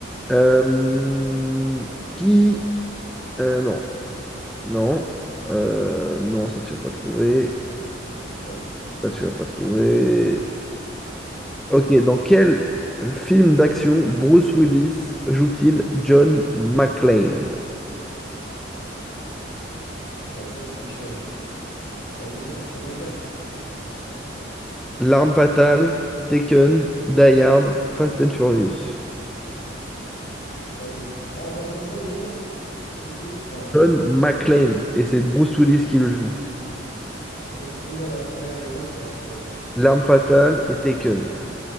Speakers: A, in the centre; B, on the left.
A: Euh, Qui... euh, non. Non. Euh, non, ça tu vas pas trouver.
B: Ouais, je,
A: Ça tu vas pas trouver. Ok, dans quel film d'action Bruce Willis joue-t-il John McClane?
B: je crois que c'est dans Pulp Fiction. Allez, donne-moi donne-moi les quatre.
A: L'arme fatale, Taken, Die Hard, Fast and Furious.
B: Donc, c'est pas tes. Ah, attends, comment il s'appelle déjà le mec? Bruce Willis? Non.
A: John McClane,
B: C'est-
A: et c'est Bruce Willis qui le joue.
B: Ok, tu peux me dire la première et la deuxième ou pas, s'il te plaît?
A: L'arme fatale et Taken.